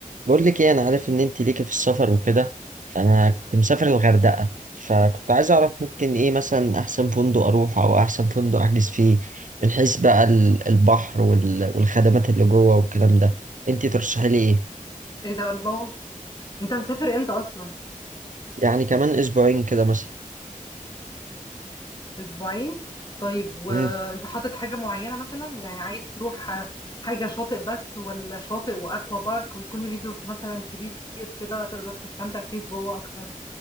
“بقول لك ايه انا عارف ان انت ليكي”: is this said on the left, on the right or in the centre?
Right